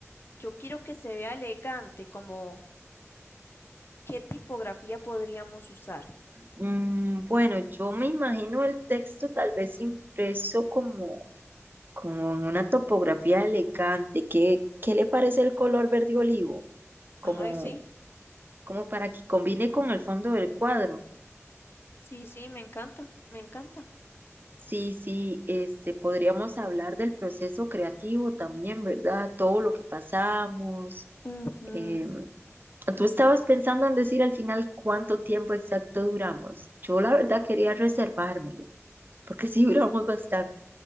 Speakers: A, on the left (about 45°); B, on the right (about 40°).
A: yo quiero que se vea elegante, como qué tipografía podríamos usar.
B: Mm, bueno, yo me imagino el texto tal vez impreso como, como en una topografía elegante. ¿Qué, qué le parece el color verde olivo? Como
A: Ay, sí,
B: como para que combine con el fondo del cuadro.
A: sí, sí, me encanta, me encanta.
B: Sí, sí, este, podríamos hablar del proceso creativo también, ¿verdad? Todo lo que pasamos.
A: Ujú.
B: Eh, tú estabas pensando en decir al final cuánto tiempo exacto duramos. Yo la verdad quería reservármelo, porque sí <laughs> duramos bastante.